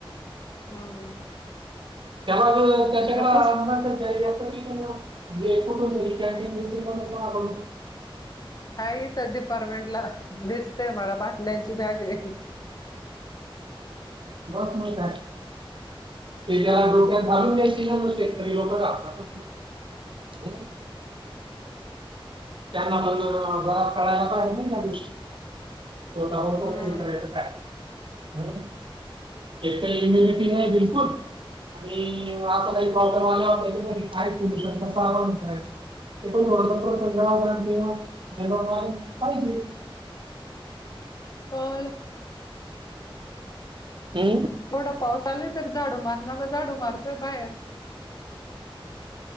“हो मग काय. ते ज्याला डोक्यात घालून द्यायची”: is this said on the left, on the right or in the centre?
Right